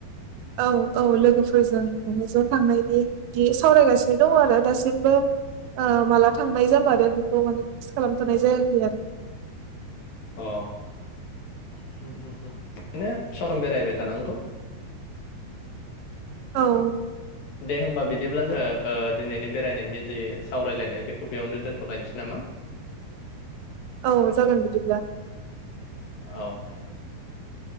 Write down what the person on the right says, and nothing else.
औ औ लोगोफो फोरजों माने ज' थांनायनि दि सावरायगासिनो दङ' आरो दासिमबो ओ माला थांनाय जामारो बे औ माने फिक्स खालामथ'नाय जायाखै आरो।
औ।
औ जागोन बिदिब्ला।